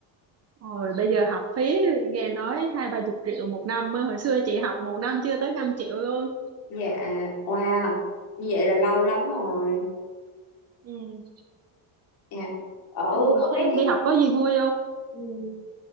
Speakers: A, on the right (about 30°); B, on the left (about 50°).
A: rồi bây giờ học phí nghe nói hai ba chục triệu một năm á. hồi xưa chị học một năm chưa tới năm triệu luôn
B: dạ wow như vậy là lâu lắm rồi
A: ừ
B: Dạ. Ở
A: thì
B: ở
A: thế
B: cái
A: em
B: tiết
A: đi học có gì vui không
B: ừm,